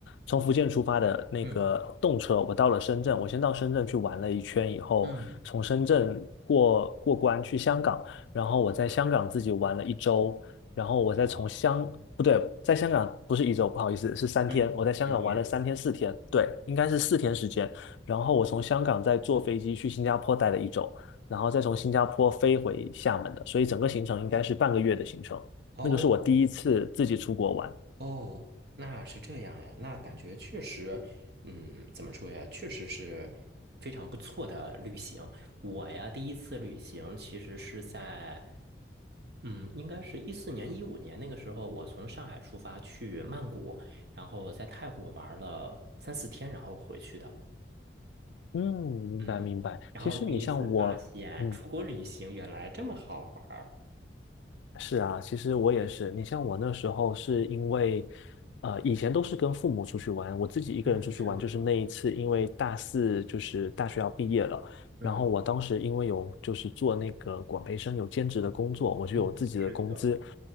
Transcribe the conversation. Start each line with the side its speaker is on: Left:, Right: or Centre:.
Left: 从福建出发的那个动车，
Right: 嗯
Left: 我到了深圳，我先到深圳去玩了一圈以后，
Right: 嗯，
Left: 从深圳过过关去香港，然后我在香港自己玩了一周，然后我再从香，
Right: 哇，
Left: 不对，在香港不是一周，不好意思，是三天，
Right: 嗯，
Left: 我在香港玩了三天四天，
Right: 天天
Left: 对，应该是四天时间。然后我从香港再坐飞机去新加坡待了一周，然后再从新加坡飞回厦门的，所以整个行程应该是半个月的行程。
Right: 哦。
Left: 那个是我第一次自己出国玩。
Right: 哦，那是这样呀，那感觉确实，嗯，怎么说呀，确实是非常不错的旅行。我呀，第一次旅行其实是在，嗯，应该是一四年、一五年那个时候，我从上海出发去曼谷，然后在泰国玩了三四天，然后回去的。
Left: 嗯，明白明白。
Right: 嗯，然后第一次发现出国旅行原来这么好玩儿
Left: 其实你像我，嗯，是啊，其实我也是。
Right: 嗯
Left: 你像我那时候是因为，呃，以前都是跟父母出去玩，我自己一个人出去玩，
Right: 嗯，是的，
Left: 就是那一次，因为大四就是大学要毕业了，
Right: 嗯
Left: 然后我当时因为有就是做那个管培生有兼职的工作，我就有自己的工资，
Right: 嗯，是的。